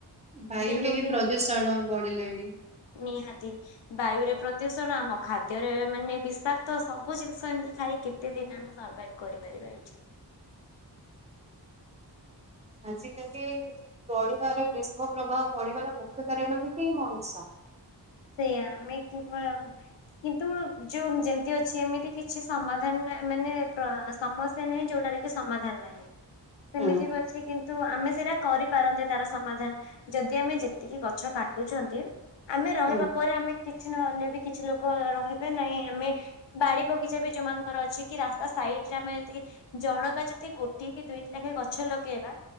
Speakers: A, on the right (about 15°); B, on the left (about 85°).
A: ବାୟୁରେ
B: ଦିନକୁ
A: ହିଁ
B: ଦିନ
A: ପ୍ରଦୂଷଣ ବଢିଲାଣି।
B: ନିହାତି। ବାୟୁ ରେ ପ୍ରଦୂଷଣ ଆମ ଖାଦ୍ୟରେ ମାନେ ବିଷାକ୍ତ ସବୁ ଜିନିଷ ଏମିତି ଖାଇ କେତେ ଦିନ ସର୍ଭାଇଭ କରିପାରିବା ଏଇଠି।
A: ଆଜିକାଲି ପଢିବାର ଗ୍ରୀଷ୍ମ ପ୍ରବାହ ପଢିଗଲା ମୁଖ୍ୟ କାରଣ ବି ହିଁ ମଣିଷ।
B: ସେହା ଆମେ କିବଳ କିନ୍ତୁ ଯୋଉ ଯେମିତି ଅଛି ଏମିତି କିଛି ସମାଧାନ ମାନେ ପ୍ର ସମ ସେ ନାହିଁ ଯୋଉଟାରେ କି ସମାଧାନ ନାହିଁ ସେମିତିବି
A: ହୁଁ
B: ଅଛି କିନ୍ତୁ, ଆମେ ସେଇଟା କରିପାରନ୍ତେ ତାର ସମଧାନ ଯଦି ଆମେ ଯେତିକି ଗଛ କାଟୁଛନ୍ତି ଆମେ ରହିବା
A: ହୁଁ
B: ପରେ ଆମେ କିଛି ନହେଲେ ବି କିଛି ଲୋକ ରହିବେ ନାହିଁ ଆମେ ବାଡି ବଗିଚା ବି ଯୋଉମାନଙ୍କର ଅଛି କି ରାସ୍ତା ସାଇଡ ରେ ଆମେ ଯେତିକି ଜଣକା ଯଦି ଗୋଟଏ କି ଦୁଇଟି ଲେଖାଏ ଗଛ ଲଗେଇବା